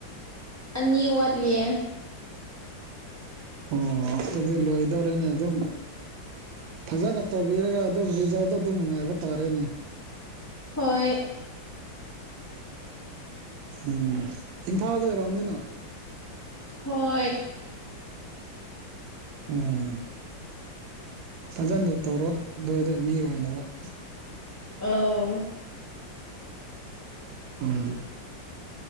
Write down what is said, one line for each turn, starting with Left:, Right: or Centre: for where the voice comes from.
Left: ꯑꯅꯤ ꯋꯥꯠꯂꯤꯌꯦ
Right: ꯑꯣ ꯗꯨꯗꯤ ꯂꯣꯏꯗꯧꯔꯦꯅꯦ ꯑꯗꯨꯝ ꯐꯖꯅ ꯇꯧꯕꯤꯔꯒ ꯑꯗꯨꯝ ꯔꯤꯖꯜꯗꯣ ꯑꯗꯨꯝ ꯉꯥꯏꯕ ꯇꯥꯔꯦꯅꯦ
Left: ꯍꯣꯏ
Right: ꯎꯝ ꯏꯝꯐꯥꯜꯗ ꯑꯣꯏꯔꯝꯅꯤꯅ
Left: ꯍꯣꯏ
Right: ꯎꯝ ꯐꯖꯅ ꯇꯧꯔꯣ ꯑꯗꯨꯋꯥꯏꯗ ꯃꯤ ꯑꯣꯏꯅꯕ <inaudible>
Left: ꯑꯧ
Right: ꯎꯝ